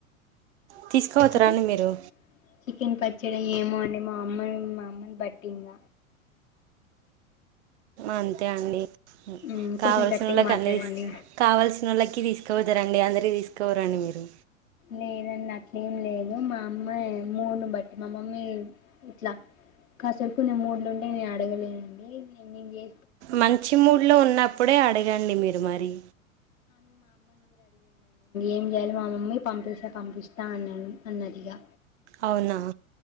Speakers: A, on the right; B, on the left.
A: తీసుకుపోతర
B: చికెన్
A: అండి మీరు
B: చికెన్ పచ్చడి ఏమో అండే మా అమ్మ మా అమ్మని బట్టి ఇంగ
A: అంతే అండి
B: హ్మ్
A: కావలసిన
B: కొంచెం గట్టిగా
A: <unintelligible>
B: మాట్లాడండి.
A: కావలసిన వాళ్ళకి తీసుకపోతరండి అందరికి <unintelligible> మీరు
B: లేదండి అట్లే ఏం లేదు మా అమ్మ మూడుని బట్టి మా మమ్మీ ఇట్ల కాసేపు కొన్ని మూడ్లు ఉంటే నేను అడగలేనండి నేను చే
A: మంచి మూడ్ లో ఉన్నప్పుడే అడగండి మీరు మరి
B: ఏం చేయలో మా మమ్మీ పంపిస్తే పంపిస్తా అని అన్నది మా మమ్మీ ఇగ
A: అవునా